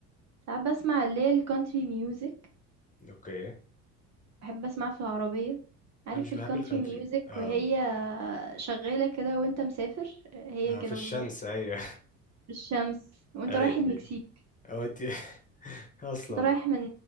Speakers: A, on the right; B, on the left.
A: ساعات باسمع اللي هي الcountry music،
B: اوكي
A: باحب أسمعها في العربية، عارف
B: انا مش بحب
A: الcountry
B: الكانتري
A: music
B: آه
A: وهي شغالة كده وأنت مسافر، هي
B: آه
A: كده
B: في الشمس
A: بالضبط،
B: ايوه
A: في الشمس
B: <laughs>
A: وأنت
B: ايوه
A: رايح المكسيك،
B: ايوه او انت <laughs> اصلا
A: وأنت رايح من